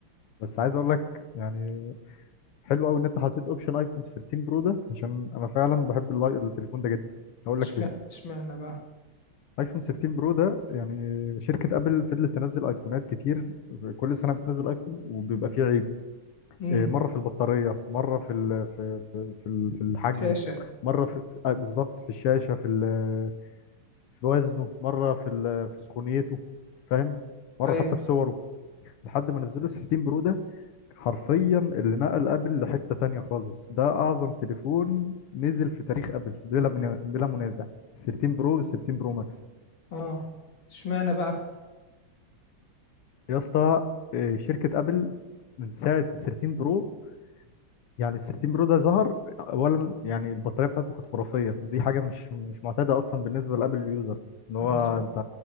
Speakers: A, on the left (about 85°); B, on the left (about 65°).
A: بس عايز اقول لك يعني حلو قوي ان انت حطيت اوبشن ايفون 13 برو ده عشان انا فعلا بحب اللاي- التليفون ده جدا هقول
B: اشمعنى
A: لك ليه
B: اشمعنى بقى
A: ايفون 13 برو ده يعني شركه ابل فضلت تنزل ايفونات كتير كل سنه بتنزل ايفون وبيبقى فيه عيب
B: امم
A: إيه، مره في البطاريه مره في ال في في في ال- في الحجم
B: شاشه
A: مره في في- آه، بالظبط في الشاشه في ال- في وزنه مره في ال- في سخونيته فاهم مره
B: ايوه
A: حتى في صوره لحد ما نزلوا 13 برو ده حرفيا اللي نقل ابل لحتة تانية خالص ده اعظم تليفون نزل في تاريخ ابل بلا من... بلا منازع 13 برو وال 13 برو ماكس
B: اه اشمعنى بقى
A: يا اسطى آه، شركة ابل من ساعة ال 13 برو يعني ال 13 برو ده ظهر اولا يعني البطارية بتاعته كانت خرافية ودي حاجة مش مش معتادة اصلا بالنسبة لابل اليوزر ان هو
B: انا سم...
A: انت